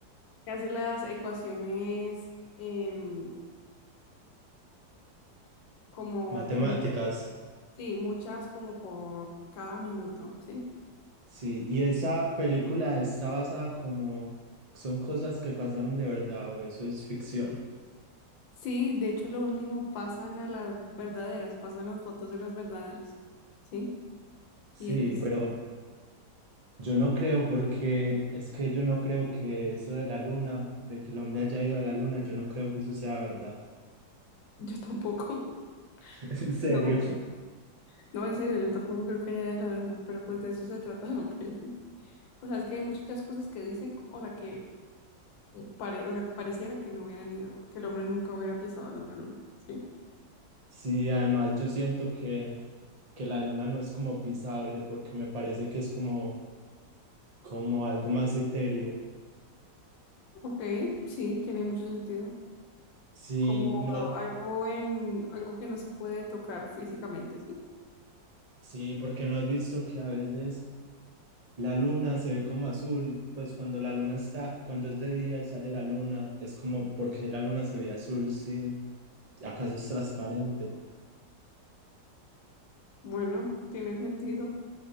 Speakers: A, on the left (about 80°); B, on the right (about 55°).
A: Que hace las ecuaciones em, como
B: <laughs> matemáticas,
A: muchas, sí, muchas como por cada minuto, ¿sí?
B: sí, y esa película está basada como, son cosas que pasaron de verdad o eso es ficción,
A: Sí, de hecho lo último pasan a las verdaderas, pasan las fotos de las verdaderas, ¿sí?
B: sí,
A: Y es,
B: pero yo no creo porque es que yo no creo que eso de la luna, de que el hombre haya ido a la luna, yo no creo que eso sea verdad,
A: yo tampoco,
B: <laughs>
A: <laughs>
B: en serio,
A: no, no, en serio, yo tampoco creo que haya de la luna, pero pues de eso se trata la peli. O sea, es que hay muchas cosas que dicen, o sea, que pare, o sea, pareciera que no hubieran ido, que el hombre nunca hubiera pisado la luna, ¿sí?
B: sí, además yo siento que, que la luna no es como pisable porque me parece que es como como algo más etéreo.
A: Ok, sí, tiene mucho sentido,
B: Sí,
A: como
B: no, has-
A: algo en, algo que no se puede tocar físicamente, ¿sí?
B: sí, porque no has visto que a veces la luna se ve como azul, pues cuando la luna está, cuando es de día y sale la luna, es como porque la luna se ve azul, sí. ¿Acaso es transparente?
A: Bueno, tiene sentido.